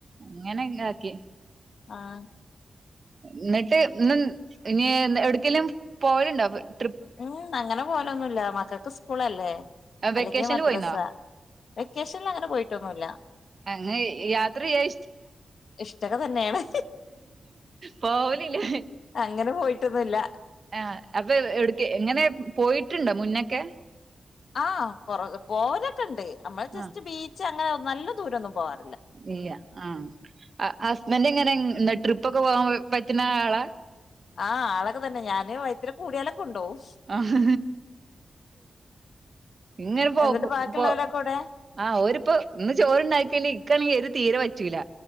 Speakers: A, on the right; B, on the left.
A: അങ്ങനെക്കെ ആക്കി
B: ആഹ്
A: ഇന്നട്ട് ഇന്ന് ഇനി എവിടക്കേലും പോവലുണ്ടോ <unintelligible>
B: ഉം അങ്ങനെ പോവലൊന്നൂല്ലാ മക്കക്ക് സ്കൂളല്ലേ അല്ലെങ്കി
A: വെക്കേഷനിൽ
B: മദ്രസ്സാ
A: പോയിന്നോ
B: വെക്കേഷനിൽ അങ്ങനെ പോയിട്ടൊന്നൂല്ലാ
A: അങ്ങ് യാത്ര ചെയ്യാൻ
B: ഇഷ്ട്ടക്കെ തന്നെയാണ്
A: പോവലില്ലാ
B: അങ്ങനെ പോയിട്ടൊന്നുല്ല
A: ആഹ് അപ്പൊ എവ് എവിടെക്ക് എങ്ങനെ പോയിട്ട്ണ്ടോ മുന്നൊക്കെ
B: ആഹ് കൊർ പോവലൊക്കെ ഇണ്ട് നമ്മള്
A: ആ
B: ജസ്റ്റ് ബീച്ച് അങ്ങനെ നല്ല ദൂരൊന്നും പോവാ
A: ഇല്ലാ ആഹ് ആ ഹസ്ബൻഡ് എങ്ങനെ ട്രിപ്പൊക്കെ പോകാൻ പറ്റുന്ന ആളാ
B: ആഹ് ആളൊക്കെ തന്നെ ഞാന് വയറ്റ് ത്തലേ കൂടിയാലൊക്കെ കൊണ്ടോവും.
A: ആഹ് ഇങ്ങനെ പോ
B: എന്നിട്ട് ബാക്കിയിള്ളോലെക്കെ
A: പോ
B: എവിടെ?
A: ആഹ് ഓരിപ്പോ ഇന്ന് ചോറ്ണ്ടാക്കിയേല് ഇക്കാണെങ്കി എരു തീരെ പറ്റൂലാ